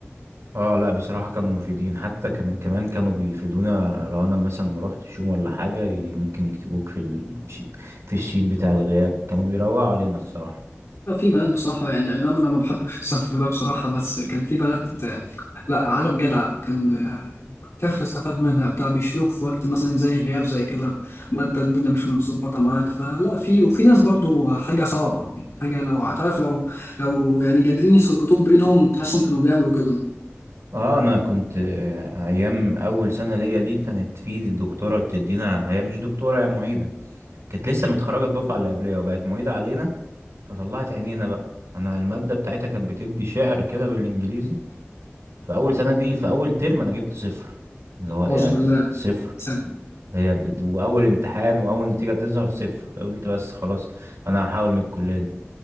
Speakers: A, on the right; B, on the left.
A: اه لا بصراحة كانوا مفيدين حتى كم كمان كانوا بيفيدونا لو انا مثلا ما روحتش يوم ولا حاجة ي- ممكن يكتبوك في الشيت في الشيت بتاع الغياب كانوا بيروقوا علينا الصراحة
B: آه، في بنات بصراحة يعني أي نعم أنا ما بحبش السفر ده بصراحة بس كان في بنات آه، لا عالم جدع كان آه، تعرف تستفاد منها بتاع بيشيلوك في وقت مثلا زي غياب زي كده ما أنت الدنيا مش متظبطة معاك فلا في وفي ناس برضو حاجة صعبة يعني حاجة لو هتعرف لو لو يعني قادرين يسجطوك بإيدهم تحسهم كانوا بيعملوا كده
A: اه انا كنت آه، ايام اول سنه ليا دي كانت في الدكتوره بتدينا هي مش دكتوره هي معيده كانت لسه متخرجه الدفعه اللي قبليه وبقت معيده علينا فطلعت عينينا بقى انا الماده بتاعتها كانت بتدي شعر كده بالانجليزي في اول سنه دي في اول ترم انا جبت صفر اللي هو ايه
B: أعوذ بالله
A: صفر
B: سلام
A: هي بد... واول امتحان واول نتيجه تظهر صفر قلت بس خلاص انا هحاول من الكليه دي